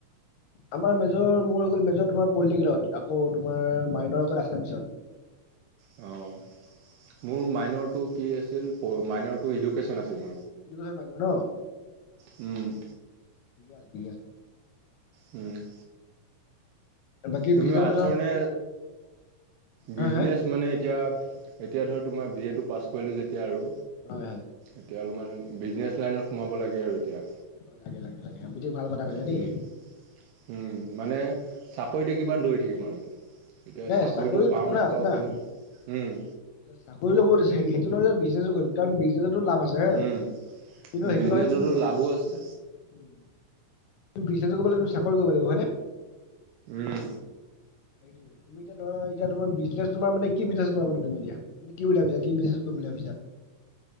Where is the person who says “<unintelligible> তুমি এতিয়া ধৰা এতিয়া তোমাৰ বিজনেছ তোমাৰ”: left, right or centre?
Left